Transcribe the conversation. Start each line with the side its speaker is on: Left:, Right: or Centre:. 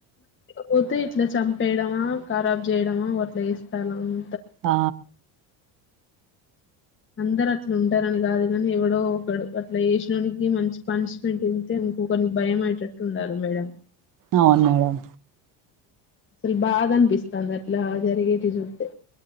Left: పోతే ఇట్లా చంపేయడమా ఖరాబ్ చేయడమా అట్లా వేస్తాలని
Right: ఆ
Left: అందరు అట్లు ఉంటారని కాదు కాని ఎవడో ఒకడు అట్లా వేసినోనికి మంచి పనిష్మెంట్ తంటే ఇంకొకరికి భయం అయేటట్టు ఉండాలి మేడం
Right: అవును మేడం
Left: అసలు బాధ అనిపిస్తుంది అట్లా జరిగేటి చూస్తే